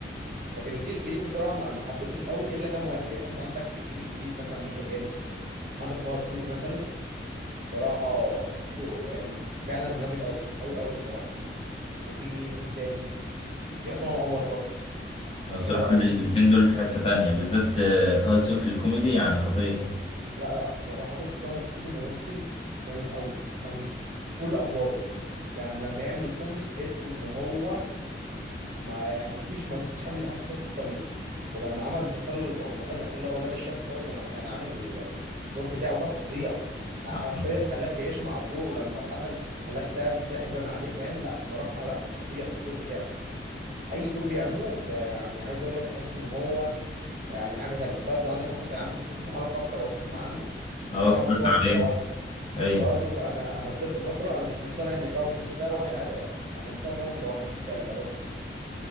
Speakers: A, on the right; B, on the left.
A: لكن الجيل الجديد بصراحة ما ما حبيتهوش قوي إلا كام واحد يعني مثلا عندك في الجيل الجديد مثلا مين اللي حلو عندك طه دسوقي مثلا بصراحة حسيته يعني فعلا جامد قوي قوي قوي بصراحة وفي مين تاني في عصام عمر برضه
B: أنا الصراحه
A: حلو قوي
B: ال- الاتنين دول في حته تانية بالذات آه، طه دسوقي في الكوميدي يعني خطير
A: لا لا بصراحة بص طه دسوقي ممثل جامد قوي قوي في كل أدواره يعني لما يعمل كوميدي تحس إن هو ما يعني مفيش مفيش حد يضحكك أكتر منه ولما عمل مسلسله اللي في رمضان الأخير اللي هو ولاد الشمس دوت لما كان عامل الدور بتاعه ده فظيع حرفيا
B: اه
A: خلاك تعيش مع الدور ولما اتقتل خلاك تعم- تحزن عليه فاهم لا بصراحة لا فظيع في الدور بتاعه أي دور بيعمله ب- يعني عايز أقول لك بحس إن هو يعني حاجة تانية برضو عندك مثلا كان عامل مسلسل اسمه حالة خاصة لو تسمع عنه
B: آه،
A: كان
B: اتفرجت
A: عامل دور واحد
B: عليه
A: متوحد
B: اي
A: برضو ك- انا انا فضلت فترة انا مش مقتنع ان طه دسوقي ده واحد عادي اصلا يعني انا مقتنع ان هو متوحد بالفعل خلاص